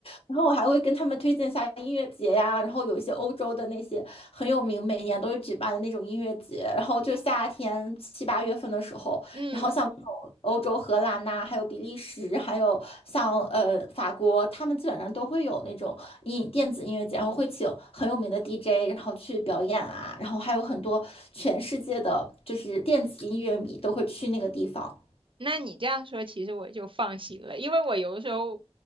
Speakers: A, on the left; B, on the right.
A: 然后我还会跟他们推荐一下音乐节呀，然后有一些欧洲的那些很有名，每年都会举办的那种音乐节，然后就夏天七八月份的时候，
B: 嗯。
A: 然后像这种欧洲荷兰呐、还有比利时，还有像呃法国，他们基本上都会有那种音电子音乐节，然后会请很有名的 DJ，然后去表演啊，然后还有很多全世界的就是电子音乐迷都会去那个地方。
B: 那你这样说，其实我就放心了，因为我有的时候